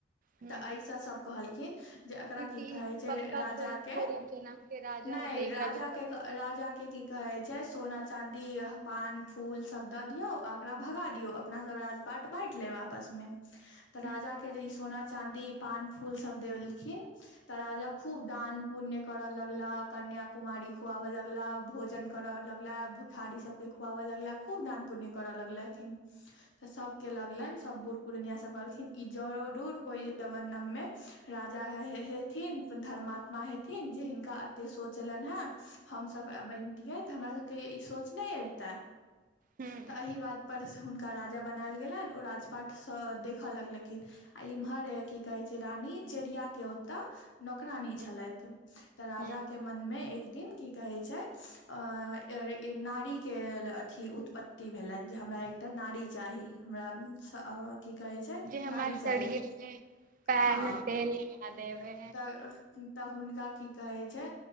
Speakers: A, on the right; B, on the left.
A: हूँ
B: तऽ ऐसा सब कह हल किन जे एकरा
A: किसी
B: की कहै छै,
A: पक्का
B: राजा
A: कोइ
B: के,
A: पूरब जनम के राजा
B: नहि
A: होतै एकरा
B: राजा
A: भी प
B: के राजा के की कहे चाहे, सोना -चाँदी पान फूल सब दऽ दियौ, आ ओकरा भगा दियौ। अपना सब राज- पाट बाँट ले आपस मे। तऽ राजा
A: हूँ
B: के जे ई सोना चाँदी, पान- फूल सब देलखिन। त राजा खूब दान -पुण्य करए लगला, कन्या, कुमारी, खुवे लगला, भोजन करऽ लगला, भुखारी सब के खुआवे लगलाह, खूब दान- पुण्य करऽ लगलाह, हथिन। तऽ सभके लगलनि, सभ बूढ़ पुरनिया सभ कहलखिन, ई जरूर कोइ जमन् नममे राजा हेथिन, धर्मात्मा हेथिन, जे हिनका एतेक सोच एलनि हेँ, हमसभ बनितियै तऽ हमरा सभके ई सोच नहि अबितै।
A: हूँ
B: तऽ एहिह बात पर। का राजा बनायल गेलनि, ओ राज-पाटसँ देखय लगलखिन, आ इम्हर की कहे छै, रानी चेड़िया के ओतऽ नौकराानी
A: हूँ
B: छलथि, तऽ राजा
A: हूँ
B: के मन मे एक दिन की कहै छै, नारीके अथी उत्पत्ति भेलनि, जे हमरा एक नारी चाही, हमरा की कहे छै,
A: जे हमर
B: नारी
A: शरीर
B: चारी,
A: मे पैर
B: हँ,
A: मे तेल लगा देबे
B: तऽ हुनका की कहे छै